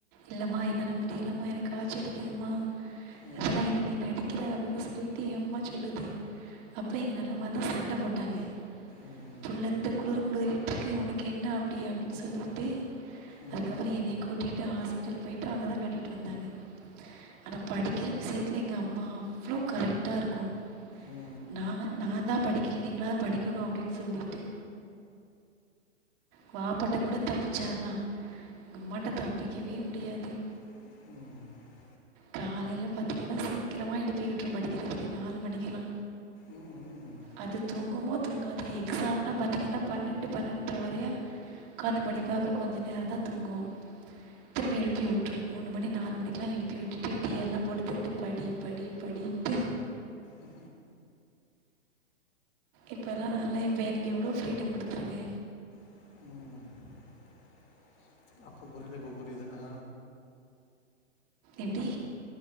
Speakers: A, on the right; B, on the left.
A: இல்லமா என்னால முடியிலமா எனக்கு காச்ச அடிக்குதுமா
B: ம்
A: அதல்லா இல்ல நீ நடிக்கிற அப்டின்னு சொல்லிட்டு என் அம்மா சொல்லுது அப்ப இங்க நலமாதா சண்ட போட்டாங்க
B: ம்
A: புள்ள இந்த குளிரு குளிரிட்டு இருக்கு ஒனக்கு என்னா அப்டி அப்டின் சொல்லிட்டு
B: ம்
A: அதுக்கப்புற
B: ம்
A: என்னய கூட்டிட்டு ஹாஸ்பிட்டல் போயிட்டு அவங்கதா காட்டிட்டு வந்தாங்க ஆனா படிக்கிற விசியத்தில எங்க அம்மா அவ்ளோ கரெக்ட்டா இருக்கும்
B: ம்
A: நாங்க நாதா படிக்கில நீங்களா படிக்கணு அப்டின் சொல்லிட்டு வாப்பாட்ட கூட தப்பிச்சிரலா எங்கம்மாட்ட தப்பிக்கவே முடியாது
B: ம்
A: காலையில பாத்தீங்கன்னா சீக்கிரமா எழுப்பி விட்டுரு படிக்கிறதுக்கு நாலு மணிக்குலா
B: ம் ம்
A: அது தூங்குமோ தூங்காத எக்ஸாம்னா பாத்தீங்கன்னா பன்னண்டு பன்னண்டர வரையு உக்காந்து படிப்ப அப்புறம் கொஞ்ச நேரந்தா தூங்கும் திரும்பி எழுப்பி உட்ரும் மூணு மணி நாலு மணிக் குலா எழுப்பி விட்டுட்டு டீயெல்லா போட்டு தந்து படி படி படின்ட்டு
B: ம் ம்
A: இப்ப எல்லாரலலா இப்ப எனக்கு எவ்ளோ ஃப்ரீடம் குடுத்துருக்கு
B: ம் அப்ப புரியில இப்ப புரியுது ஆ
A: எப்டி